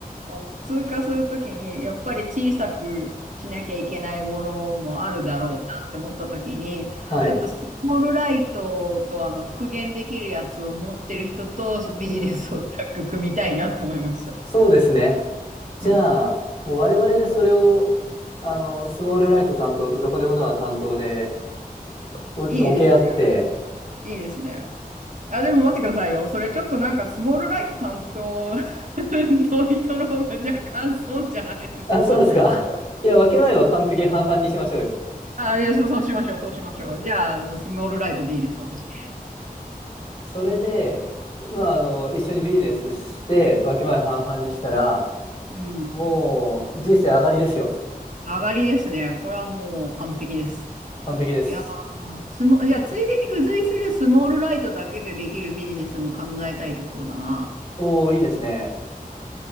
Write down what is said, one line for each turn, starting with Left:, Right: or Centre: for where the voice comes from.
Right: あの通過するときに、やっぱり小さくしなきゃいけないものもあるだろうなって思ったときに、
Left: ーはい。
Right: ちょっとスモールライトとあの復元できるやつを持ってる人とビジネスをタッグ組みたいなって思いました。
Left: うん、そうですね。じゃあ、
Right: うん。
Left: もう我々でそれを、あの、スモールライト担当とどこでもドア担当でお分け合って、
Right: いいですね。いいですね。あ、でも待ってくださいよ。それちょっとなんかスモールライト担当 <laughs> の人の方が若干損じゃないですか。
Left: あ、そうですか。<laughs> いや、分け前は完璧に半々にしましょうよ。
Right: あ、いや、そう、そうしましょう、そうしましょう。じゃあ、あのスモールライトでいいです、私。
Left: それで、まあ、あの、一緒にビジネスして、分け前半々にしたら、
Right: うん。
Left: もう人生上がりですよ。
Right: 上がりですね。これはもう完璧です。
Left: 完璧です。
Right: いやー、スモ、いや、ついでに付随するスモールライトだけでできるビジネスも考えたいところだな。
Left: おー、いいですね。